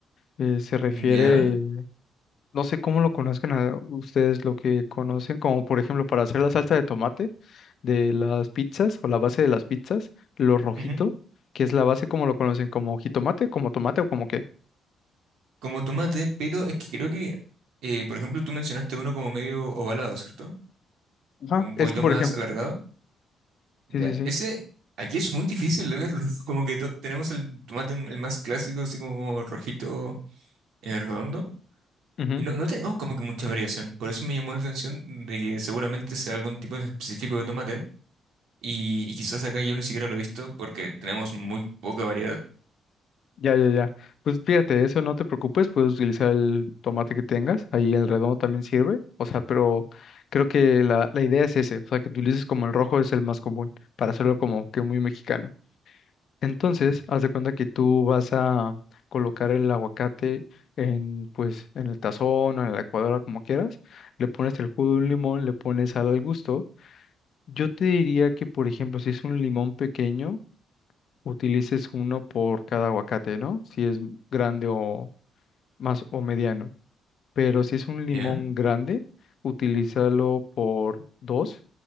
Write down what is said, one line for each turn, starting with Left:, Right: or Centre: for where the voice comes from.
Left: eh, se refiere
Right: ¿Ya?
Left: No sé cómo lo conozcan a ustedes, lo que conocen, como por ejemplo para hacer la salsa de tomate de las pizzas o la base de las pizzas, lo rojito,
Right: ujú,
Left: que es la base como lo conocen, como jitomate, como tomate o como qué.
Right: Como tomate, pero es que creo que, eh, por ejemplo, tú mencionaste uno como medio ovalado, ¿cierto?
Left: Ajá,
Right: Un
Left: es
Right: poquito
Left: que por
Right: más
Left: ejemplo,
Right: alargado.
Left: sí,
Right: Ya,
Left: sí, sí.
Right: ese aquí es muy difícil de verlo. <laughs> Como que to- tenemos el tomate m- el más clásico, así como rojito, eh, redondo.
Left: ujú,
Right: Y no, no tenemos como que mucha variación. Por eso me llamó la atención de que seguramente sea algún tipo en específico de tomate. Y, y quizás acá yo ni siquiera lo he visto porque tenemos muy poca variedad.
Left: Ya, ya, ya. Pues fíjate, eso no te preocupes, puedes utilizar el tomate que tengas, ahí el redondo también sirve, o sea, pero creo que la, la idea es ese, o sea, que utilices como el rojo es el más común, para hacerlo como que muy mexicano. Entonces, haz de cuenta que tú vas a colocar el aguacate en, pues, en el tazón o en la licuadora, como quieras. Le pones el jugo de un limón, le pones sal al gusto. Yo te diría que, por ejemplo, si es un limón pequeño, utilices uno por cada aguacate, ¿no? Si es grande o más o mediano. Pero si es un limón
Right: ¿Ya?
Left: grande, utilízalo por dos.